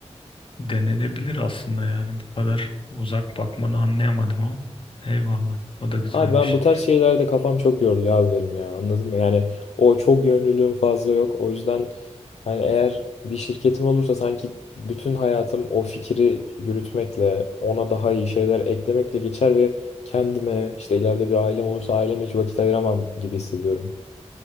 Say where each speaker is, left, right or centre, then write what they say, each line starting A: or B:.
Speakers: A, on the left; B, on the left.
A: denenebilir aslında yani bu kadar uzak bakmanı anlayamadım ama eyvallah o da güzelmiş.
B: Abi ben bu tarz şeylerde kafam çok yoruluyor abi benim ya anladın mı? Yani o çok yönlülüğüm fazla yok. O yüzden hani eğer bir şirketim olursa sanki bütün hayatım o fikri yürütmekle, ona daha iyi şeyler eklemekle geçer ve kendime işte ileride bir ailem olursa aileme hiç vakit ayıramam gibi hissediyorum.